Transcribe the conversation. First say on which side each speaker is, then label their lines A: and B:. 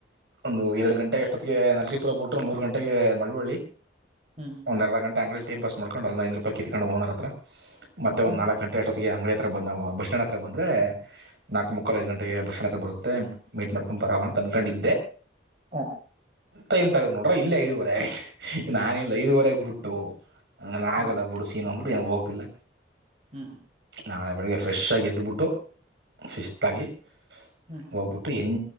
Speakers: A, on the right; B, on the right.
A: ಒಂದು ಎರಡು ಗಂಟೆ ಎಷ್ಟೊತ್ತಿಗೆ ನರಸೀಪುರ ಬಿಟ್ರೆ ಮೂರ್ ಗಂಟೆಗೆ ಮಳುವಳ್ಳಿ.
B: ಹ್ಮ್
A: ಒಂದ ಅರ್ಧ ಗಂಟೆ ಅಂಗ ಟೈಮ್ ಪಾಸ್ ಮಾಡಕೊಂಡು ಒಂದು ಐದನೂರ ರೂಪಾಯಿ ಕಿತ್ಕೊಂಡ ಓನರ ಹತ್ರಾ
B: ಹ್ಮ್ ಹ್ಮ್
A: ಒಂದ್ ನಲ್ಕ ಗಂಟೆ ಅಟೋ ಅಂಗಡಿ ಹತ್ರ ಬಂದಾಗ ಬಸ್ ಸ್ಟ್ಯಾಂಡ್ ಹತ್ರ ಬಂದರೆ ನಾಲ್ಕು ಮುಕ್ಕಾ ಐದು ಗಂಟೆಗೆ ಬಸ್ ಸ್ಟ್ಯಾಂಡ್ ಹತ್ರ ಬರುತ್ತೆ. ಮೀಟ್ ಮಾಡ್ಕೊ ಬರವ ಅಂತ ಅನ್ಕೊಂಡಿದ್ದೆ
B: ಹ್ಮ್
A: ಟೈಮ್ ತಗೊಂಡ್ ನೋಡ್ರ ಇಲ್ಲಿ ಐದುವರೆ ಆಗತಿ. ನಾನಿಲ್ಲ ಐದುವರೆಗೆ ಬಿಟ್ಟು ನನ್
B: ಹ್ಮ್
A: ಆಗಲ್ಲ
B: ಹ್ಮ್
A: ಬಿಡು ಸೀನ್ ಅಂದ್ಬಿಟ್ಟು ಏನ್ ಹೋಗಿಲ್ಲ.
B: ಹ್ಮ್.
A: ನಾಳೆ ಬೆಳಗ್ಗೆ ಫ್ರೆಶಾಗಿ ಎದ್ಬಿಟ್ಟು. ಶಿಸ್ತಾಗಿ
B: ಹ್ಮ್ ಹ್ಮ್ ಹ್ಮ್
A: ಹೋಗ್ಬಿಟ್ಟು ಎಂ